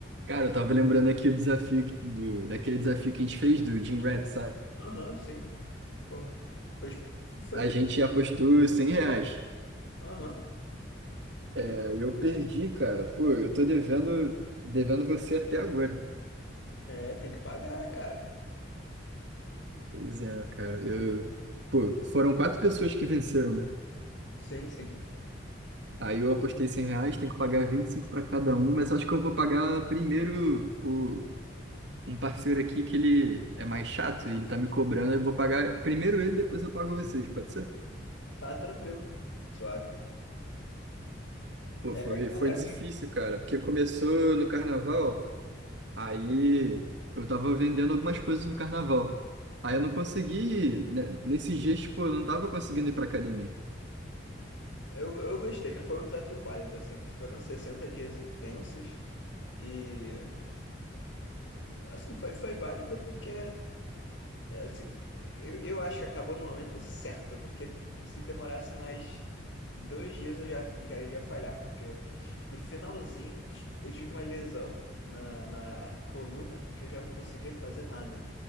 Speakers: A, on the right (about 65°); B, on the left (about 70°).
A: Cara, eu tava lembrando aqui do desafio que- do, daquele desafio que a gente fez do Jim Rat, sabe?
B: Aham, sim. Porra. Foi, exp- foi
A: A
B: mesmo.
A: gente apostou 100 reais.
B: Aham. Eu
A: É,
B: paguei,
A: e eu
B: né?
A: perdi, cara. Pô,
B: <laughs>
A: eu tô devendo, devendo você até agora.
B: É, tem que pagar, cara.
A: Pois é, cara. Eu, pô, foram quatro pessoas que venceram, né?
B: Sim, sim.
A: Aí eu apostei 100 reais, tenho que pagar 25 para cada um, mas acho que eu vou pagar primeiro o, um parceiro aqui que ele é mais chato, ele tá me cobrando, eu vou pagar primeiro ele, depois eu pago vocês, pode ser?
B: Tá tranquilo. Suave.
A: Pô,
B: É,
A: foi, foi
B: cara,
A: difícil,
B: assim,
A: cara, porque começou no carnaval, aí eu tava vendendo algumas coisas no carnaval. Aí eu não consegui, né, nesses dias, tipo, eu não tava conseguindo ir pra academia.
B: eu, eu gostei, que foi um desafio válido, assim. Foram 60 dias intensos e, assim, foi, foi válido porque É, se- Eu, eu acho que acabou no momento certo, porque se demorasse mais dois dias eu já, já iria falhar, porque no finalzinho eu tive uma lesão na, na coluna que eu já não conseguia fazer nada.